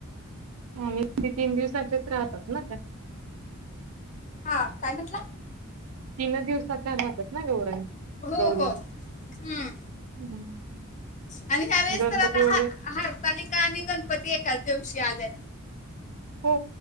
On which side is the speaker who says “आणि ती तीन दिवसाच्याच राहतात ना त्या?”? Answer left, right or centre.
Right